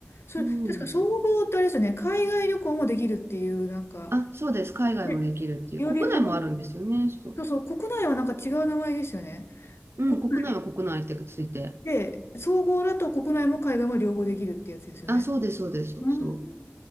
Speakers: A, on the left; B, on the right.
A: それ、
B: うん。
A: 確か総合ってあれですよね、海外旅行もできるっていう、なんか、
B: あ、そうです。海外もできるっていう。
A: ね、より幅、
B: 国内もあるんですよね。そ
A: そうそう、国内はなんか違う名前ですよね。
B: う。
A: 国内
B: うん、国内は国内ってついて。
A: で、総合だと国内も海外も両方できるってやつですよね。
B: あ、そうです、そうです、そうそ
A: うーん